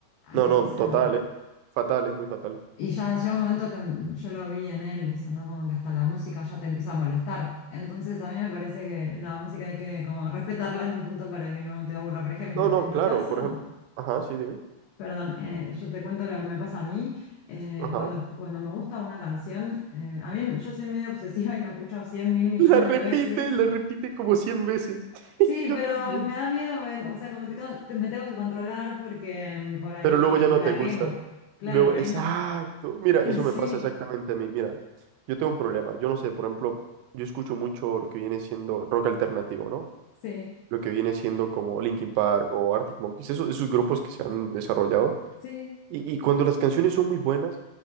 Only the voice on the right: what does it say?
No,
no,
total, ¿eh? Fatal, ¿eh? Muy fatal.
No, no,
claro,
por ejemplo. Ajá, sí, dime.
Ajá.
La repite,
la repite como 100 veces.
<laughs> Yo
también.
Pero luego ya no
te gusta.
Y luego,
exacto.
Mira,
eso
me pasa exactamente a mí. Mira, yo tengo un problema. Yo no sé, por ejemplo, yo escucho mucho lo que viene siendo rock alternativo, ¿no?
Lo que viene siendo como Linkin Park o Arctic Monkeys, esos, esos grupos que se han desarrollado.
Y, y cuando las canciones son muy buenas,